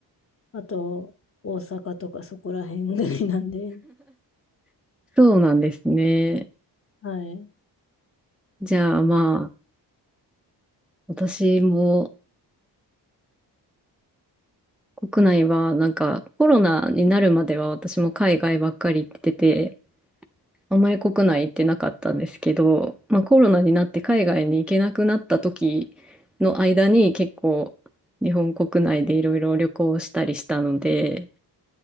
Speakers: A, on the left; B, in the centre.
A: あと大阪とかそこら辺ぐらいなんで、
B: そうなんですね。
A: はい。
B: じゃあまあ、私も国内はなんかコロナになるまでは私も海外ばっかり行ってて、あんまり国内行ってなかったんですけど、まあコロナになって海外に行けなくなった時の間に結構日本国内でいろいろ旅行したりしたので、